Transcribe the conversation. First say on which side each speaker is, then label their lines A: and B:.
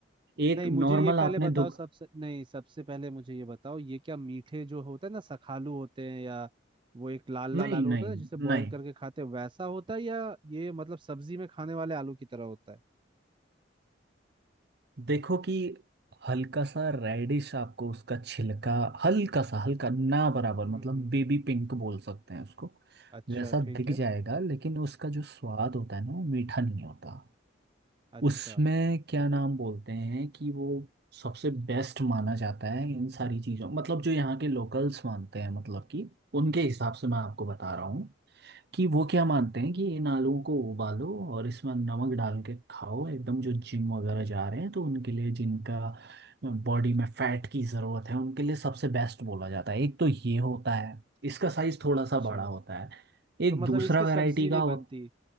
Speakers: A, on the right; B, on the right.
A: एक
B: नहीं
A: नॉर्मल
B: मुझे ये पहले
A: आपने
B: बताओ
A: दुख
B: सबसे नहीं सबसे पहले मुझे ये बताओ ये क्या मीठे जो होता है ना सखालू होते हैं या वो एक लाल लाल
A: नहीं
B: आलू
A: नहीं
B: होता है ना जिसे बॉईल
A: नहीं
B: करके खाते हैं वैसा होता है या ये मतलब सब्जी में खाने वाले आलू की तरह होता है
A: देखो कि हल्का सा रेडिश आपको उसका छिलका हल्का सा हल्का ना बराबर
B: हम्म
A: मतलब
B: हम्म
A: बेबी पिंक बोल सकते हैं उसको
B: अच्छा
A: वैसा
B: ठीक
A: दिख
B: है
A: जाएगा लेकिन उसका जो स्वाद होता है ना वो मीठा नहीं होता
B: अच्छा
A: उसमें क्या नाम बोलते हैं कि वो सबसे बेस्ट माना जाता है इन सारी चीज़ों मतलब जो यहाँ के लोकल्स मानते हैं मतलब कि उनके हिसाब से मैं आपको बता रहा हूँ कि वो क्या मानते हैं कि इन आलूओं को उबालो और इसमें नमक डाल के खाओ एकदम जो जिम वगैरह जा रहे हैं तो उनके लिए जिनका बॉडी में फैट की ज़रूरत है उनके लिए सबसे बेस्ट बोला जाता है एक तो ये होता है इसका साइज थोड़ा
B: अच्छा
A: सा बड़ा होता है एक
B: तो मतलब
A: दूसरा
B: इसकी
A: वैरायटी
B: सब्जी
A: का
B: नहीं
A: हो
B: बनती